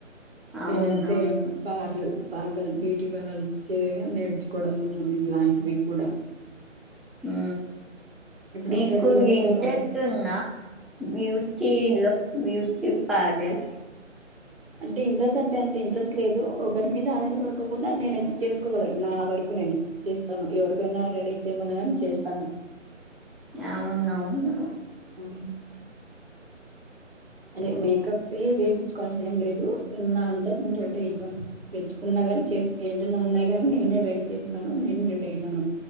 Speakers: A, on the right; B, in the centre.
A: లేదంటే
B: అవునవును
A: పార్లలు పార్లర్ బ్యూటీ పార్లర్చ్చ నేర్చుకోవడము ఇలాంటివి కూడా
B: ఆ
A: ఇప్పుడు
B: మీకు
A: ప్రతి ఒక్కరు
B: ఇంటెట్ ఉన్న బ్యూటీ లో వూట్ పాదల్
A: అంటే ఇంట్రెస్ట్ అంటే అంత ఇంట్రెస్ట్ లేదు ఒకరి మీద ఆధాన పడుకోకుండా నేనైతే చేసుకోగలను నా వరకు నేను చేస్తాను ఎవరికైనా రెడీ చేయమన్నా అని చేస్తాను
B: అవునవును
A: అవు అదే మేకప్ వేపుచ్చుకోవాలని ఏం లేదు ఉన్న అంతాంటే అత తెచ్చుకున్నా కానీ చేసుకు ఏంటనే ఉన్నాయి కాగాని నేనే రడీ చేస్తాను నేను రె హే తను